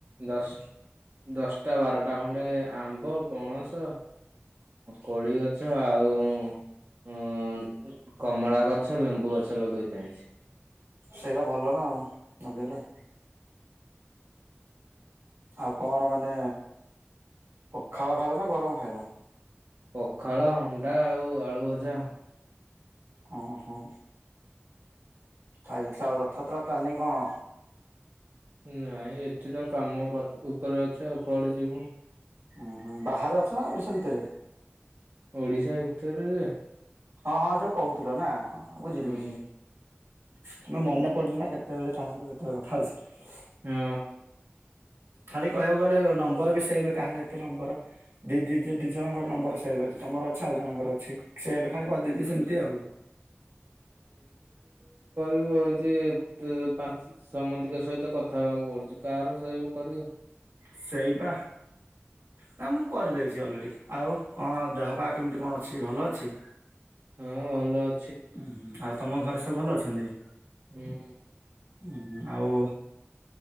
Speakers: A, on the right; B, on the right.
A: ଦଶ ଦଶଟା ବାରଟା ଖଣ୍ଡେ ଆମ୍ବ ପଣସ କୋଳି ଗ ଗଛ ଆଉ କମଳା ଗଛ, ଲେମ୍ବୁ ଗଛ ଲଗେଇକି ଆଇଚି।
B: ସେଇଡ଼ା ଭଲ ନା ଆଉ ଲଗେଇଲେ। ଆଉ କଣ ମାନେ ପଖାଳ ଖାଇଲ ନା ଗରମ ଖାଇଲ?
A: ପଖାଳ ଅଣ୍ଡା ଆଉ ଆଳୁ ଭଜା
B: ଓ ହୋ। ଖାଇଲୁତ ଆଉ ରଥଯାତ୍ରା ପ୍ଲାନିଂ କଣ?
A: ନାଇଁ ଏଠି ତ କାମ ପାଖ ଉପରେ ଅଛୁ ଆଉ କୁଆଡେ ଯିବୁ।
B: ଉହୁଁ ବାହାରେ ଅଛ ନା ଓଡ଼ିଶା ଭିତରେ
A: ଓଡ଼ିଶା ଭିତରେ ଯେ
B: ହଁ ହଁ ଯୋଉ କହୁଥିଲ ନା ହଁ ହଁ ବୁଝିଲି
A: ହୁଁ
B: ବୁଝିଲି। ତମେ ମନେ ପଡୁନି ନା କେତେବେଳେ କାହା ସହିତ କେତେବେଳେ କଥା ହଉଛି।
A: ହୁଁ।
B: ଖାଲି କହିବାକୁ ଗଲେ ନମ୍ବର ବି ସେବ କାହାର ଏତେ ନମ୍ବର ଦି ଦି ଯେ ଦିଇ ଜଣଙ୍କର ନମ୍ବର ସେଏବେ ଅଛି। ତମର ଅଛି ଆଉ ଜଣଙ୍କର ଅଛି। ସେବେ ଖାଲି କରିଦେଇି ସେମିତି ଆଉ।
A: ହୋଉଚି ତ୍ ପାଞ୍ଚ ସମତିଙ୍କ ସହିତ କଥା ହେବାକୁ ପଡୁଚି କାହାର ସେବ୍ କରିବ।
B: ସେଇପା ନା ମୁଁ। କରିଦେଇଚି ଅଲରେଡ଼ି ଆଉ କଣ ଦେହ ପା କେମିତି କଣ ଅଛି ଭଲ ଅଛି।
A: ହଁ ଭଲ ଅ
B: ଉହୁଁ ଆଉ ତମ ଘରେ ସବୁ ଭଲ ଅଛନ୍ତି
A: ହୁଁ।
B: ଉହୁଁ ଆଉ